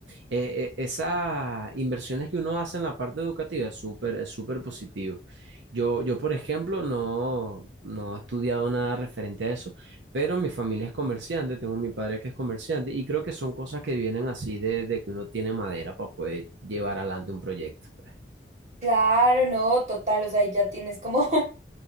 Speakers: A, on the right; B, on the right.
A: eh, eh, esas inversiones que uno hace en la parte educativa es súper, es súper positivo. Yo, yo, por ejemplo, no, no he estudiado nada referente a eso, pero mi familia es comerciante, tengo mi padre que es comerciante y creo que son cosas que vienen así de, de que uno tiene madera para poder llevar adelante un proyecto. pues.
B: Claro, no, total, o sea, ahí ya tienes como <laughs>